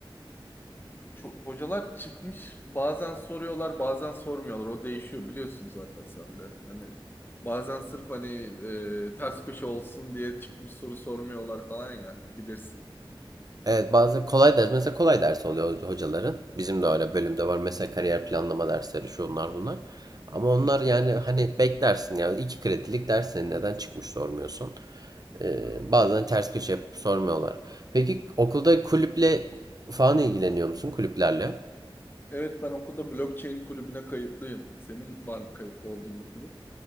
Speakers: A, on the left; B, on the right.
A: Çok, hocalar çıkmış bazen soruyorlar bazen sormuyorlar o değişiyor biliyorsun zaten sen de hani bazen sırf hani e, ters köşe olsun diye çıkmış soru sormuyorlar falan ya bilirsin.
B: Evet bazı kolay ders mesela kolay ders oluyor hocaların. Bizim
A: Hı?
B: de öyle bölümde var mesela kariyer planlama dersleri şu onlar bunlar. Ama onlar
A: Hı
B: yani hani beklersin yani iki kredilik ders senin neden çıkmış sormuyorsun. Ee,
A: Devam.
B: bazen ters köşe yapıp sormuyorlar. Peki okulda kulüple falan ilgileniyor musun kulüplerle?
A: Evet ben okulda blockchain kulübüne kayıtlıyım. Senin var mı kayıtlı olduğun bir kulüp?